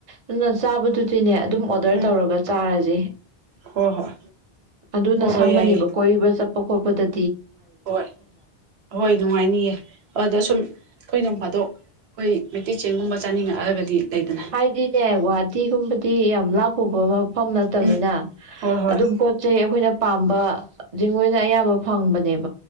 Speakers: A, on the right; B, on the right.
A: ꯑꯗꯨꯅ ꯆꯥꯕꯗꯨꯗꯤꯅꯦ ꯑꯗꯨꯝ ꯑꯣꯗꯔ
B: ꯎꯝ
A: ꯇꯧꯔꯒ ꯆꯥꯔꯁꯦ
B: ꯍꯣꯏ ꯍꯣꯏ
A: ꯑꯗꯨꯅ
B: ꯍꯣꯏ ꯍꯣꯏ
A: ꯁꯝꯃꯅꯦꯕ
B: ꯌꯥꯏꯌꯦ
A: ꯀꯣꯏꯔꯤꯕ ꯆꯠꯄ ꯈꯣꯠꯄꯗ
B: ꯍꯣꯏ ꯍꯣꯏ ꯅꯨꯡꯉꯥꯏꯅꯤꯌꯦ ꯑꯗꯨꯗ ꯁꯨꯝ ꯑꯩꯈꯣꯏ ꯅꯣꯡ ꯐꯥꯗꯣꯛ ꯑꯩꯈꯣꯏ ꯃꯩꯇꯩ ꯆꯦꯡꯒꯨꯝꯕ ꯆꯥꯅꯤꯡꯉꯛꯑꯒꯗꯤ ꯂꯩꯗꯅ
A: ꯍꯥꯏꯗꯤꯅꯦ ꯒꯨꯋꯥ ꯇꯤꯒꯨꯝꯕꯗꯤ ꯌꯥꯝ ꯂꯥꯞꯄꯕ ꯑꯃ ꯃꯐꯝ ꯅꯠꯇꯕꯅꯤꯅ
B: ꯎꯝ ꯍꯣꯏ ꯍꯣꯏ
A: ꯑꯗꯨꯝ ꯄꯣꯠ ꯆꯩ ꯑꯩꯈꯣꯏꯅ ꯄꯥꯝꯕꯗꯤ ꯃꯣꯏꯅ ꯑꯌꯥꯝꯕ ꯐꯪꯕꯅꯦꯕ